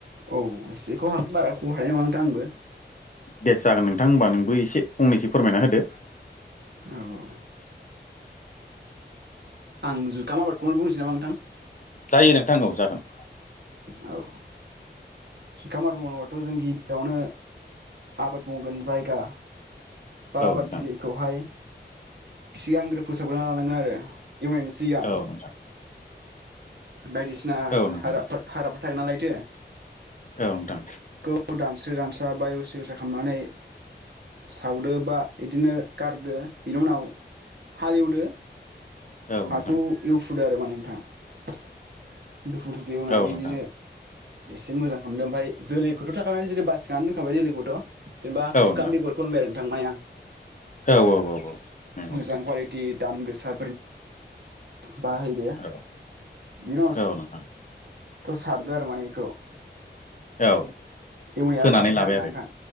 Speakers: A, on the right (about 65°); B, on the left (about 45°).
A: औ एसेखौ हागोन बाराखौ हानाय ओनथां आंबो।
B: दे जागोन नोंथां होमबा नोंबो एसे फंनैसो फोरमायना होदो। <inaudible>
A: औ औ आं जुखाम आबादखौनो बुंनोसै नामा नोंथां?
B: जायो नोंथां औ जागोन।
A: औ। जुखाम आबाद मावनांगौबाथ' जों गिबियावनो आबाद मावगोन जायगा बा
B: औ
A: आबादथिलिखौहाय
B: नोंथां
A: सिगांग्रो फोसाबग्रोना लानांगोन आरो एवनायनि सिगां।
B: औ नोंथां
A: बायदिसिना
B: औ नोंथां
A: हाग्राफोर हाग्राफोर थागोन नालायथो।
B: औ नोंथां।
A: औ दानस्रि दानस्रा बाय सिकिसा खालामनानै सावदो बा इदिनो गारदो बिनि उनाव हालेवदो
B: औ
A: हाखौ
B: नोंथां
A: इउ फुदों मानि आरो नोंथां दुफु दुफु एवनानै
B: औ नोंथां
A: इदिनो एसे मोजां खामदों ओमफाय जोलैखौथ' थाखानानै जुदि बासिखनानै दोनखाबाय जोलैखौथ'। जेनोबा
B: औ
A: जुखाम
B: नोंथां
A: बेगरखौ होनबाय आरो नोंथां मानि आं
B: औ औ औ नंगौ
A: मोजां
B: नोंथां
A: कुवालिटि दाम गोसा बाहैदो
B: औ औ नोंथां
A: <inaudible> सारदो आरो माने बेखौ
B: औ
A: ऐवनाया
B: फोनानै
A: जाबाथाइ
B: लाबाय
A: आरो ना नोंथां